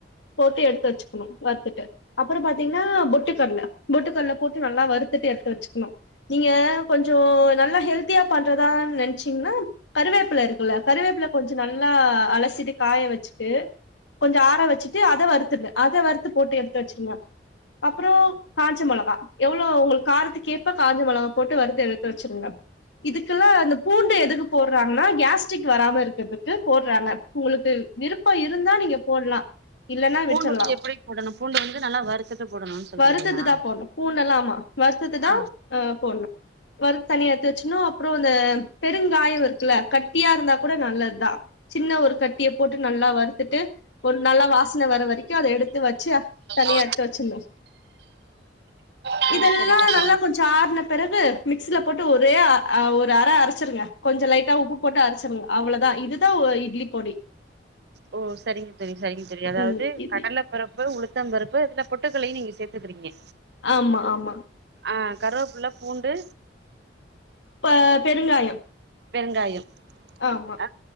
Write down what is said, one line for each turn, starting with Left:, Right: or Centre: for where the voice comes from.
Left: போட்டு எடுத்து வெச்சுக்கணு வருத்துட்டு அப்புறோ பாத்தீங்கன்னா பொட்டுக்கடலை பொட்டுக்கடல போட்டு நல்லா வருத்துட்டு எடுத்து வெச்சுக்கணும் நீங்க கொஞ்சோ நல்லா ஹெல்த்தியா பண்றதா நினைச்சீங்கன்னா கருவேப்பில இருக்குல்ல கருவேப்பில கொஞ்சோ நல்லா அலசிட்டு காய வெச்சுட்டு கொஞ்சோ ஆற வெச்சு டு அத வறுத்துங்க அத வறுத்து போட்டு எடுத்து வச்சிருங்க அப்புறோ காஞ்ச மொளகா எவ்வளோ உங்களுக்கு காரத்து கேப காஞ்ச மொளகா போட்டு வறுத்து எடுத்து வச்சிருங்க இதுக்கு எல்லாம் அந்த பூண்டு எதுக்கு போடுறாங்கன்னா கேஸ்டரிக் வராம இருக்கிறதுக்கு போடுறாங்க உங்களுக்கு விருப்பம் இருந்தா நீங்க போடலா இல்லன்னா
Right: பூண்டு
Left: விட்டுரலா
Right: வந்து எப்படி போடணு பூண்டு வந்து நல்லா வறுத்துட்டு போடணுன்னு சொல்றீங்களா
Left: வருத்தத்து தா போடணும் பூண்டு எல்லாம் ஆமா வருத்தத்து தா
Right: ஆ
Left: அ போடணும் வருத்து தனியா எடுத்து வெச்சுன்னும் அப்புறோ அந்த பெருங்காயம் இருக்குல்ல கட்டியா இருந்தா கூட நல்லது தா சின்ன ஒரு கட்டிய போட்டு நல்லா வருத்துட்டு நல்லா வாசன வர வரைக்கும் அத எடுத்து வெச்சு தனியா
Right: ஆ
Left: எத்து வெச்சிருனும்
Right: ஆ
Left: இதெல்லா
Right: சரிங்க தோழி
Left: நல்லா கொஞ்சோ ஆர்ன பிறகு மிக்சில போட்டு ஒரே அ ஒரு அர அரைச்சிருங்க கொஞ்சோ லைட்டா உப்பு போட்டு அரைச்சிருங்க அவ்வளோ தா இது தா இட்லி பொடி
Right: ஓ செரிங்க சரி சரிங்க தோழி அதாவது
Left: ம் இட்லி
Right: கடல பருப்பு உளுத் த்தம் பருப்பு இந்த பொட்டுகடளையு நீங்க சேர்த்துக்கிறீங்க
Left: ஆமா ஆமா
Right: ஆ கருவேப்புல்ல பூண்டு
Left: ப பெருங்காயம்
Right: பெருங்காயம்
Left: ஆமா
Right: ஆ